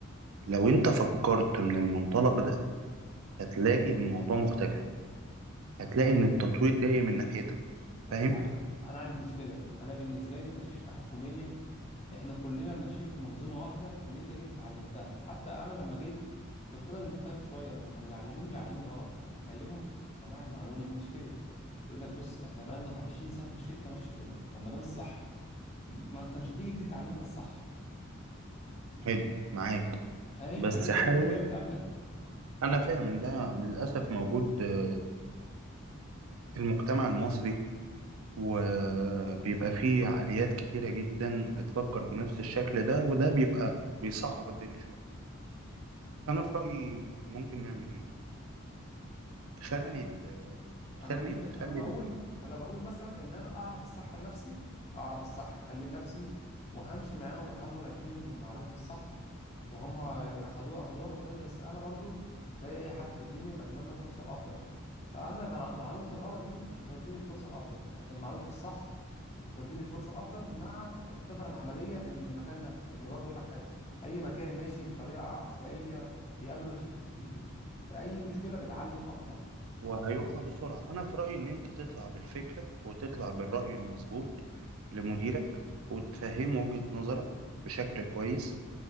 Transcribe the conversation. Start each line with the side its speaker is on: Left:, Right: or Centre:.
Right: لو انت فكرت من المنطلق ده هتلاقي الموضوع مختلف هتلاقي
Left: ف-
Right: ان التطوير جاي من ناحيتك
Left: بس
Right: فاهم
Left: عارف انا عندي مشكله انا بالنسبه لي كشركه حكوميه احنا كلنا ماشيين في منظومه واحده اللي انت جيت اتعلمتها حتى انا لما جيت كنت انا اللي مختلف شويه لما كانوا بيعلموني بيعلموني غلط فاتكلمهم يا جماعه المعلومه دي مش كده يقول لك بص احنا بقالنا 20 سنه في الشركه ماشيه كده طب ما ده مش صح ما انت مش هتيجي جديد تعلمنا الصح
Right: حلو معاك
Left: فاهم
Right: بس
Left: فدي برضو
Right: حاول
Left: مشكله بتقابلك
Right: انا فاهم ان ده للاسف موجود آه، في المجتمع المصري وبيبقى فيه عقليات كتيرة جدا بتفكر بنفس الشكل ده وده بيبقى بيصعب الدنيا شوية انا في رأيي ممكن نعمل ايه خلي
Left: مش عارف
Right: ال-
Left: انا
Right: خلي
Left: ممكن
Right: ال- خلي
Left: انا بقول
Right: ال-
Left: انا بقول مثلا ان انا اعرف الصح لنفسي اعرف الصح خليه لنفسي وهمشي معاهم احاول اديهم من معلومة الصح وهم اخدوها اخدوها ما اخدوهاش بس انا برضو زي اي حد في الدنيا بتمنى الفرصة الافضل فانا بع- معلومة الغلط دي مش هتوديني الفرصة الافضل لكن معلومة الصح هتوديني الفرصة الافضل مع الخبرة العملية اللي من المكان ده لان برضو اقول لك حاجة اي مكان ماشي بطريقة عشوائية بيقابله مشاكل كتير فاي مشكلة بتعلم اكتر
Right: وهيقع بسرعة أنا في رأيي إن أنت تطلع بالفكرة وتطلع بالرأي المظبوط لمديرك وتفهمه وجهة نظرك بشكل كويس